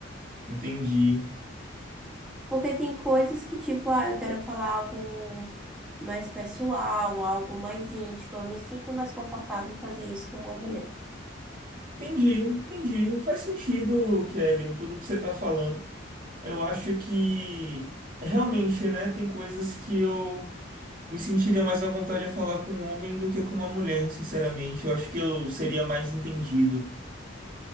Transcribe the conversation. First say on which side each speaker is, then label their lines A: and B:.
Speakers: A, on the right; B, in the centre.
A: Entendi.
B: Porque tem coisas que, tipo, ah, eu quero falar algo mais pessoal, algo mais íntimo. Eu me sinto mais confortável em fazer isso com uma mulher.
A: Entendi, entendi. Faz sentido, Kelly, tudo que você está falando. Eu acho que realmente, né, tem coisas que eu me sentiria mais à vontade a falar com um homem do que com uma mulher, sinceramente. Eu acho que eu seria mais entendido.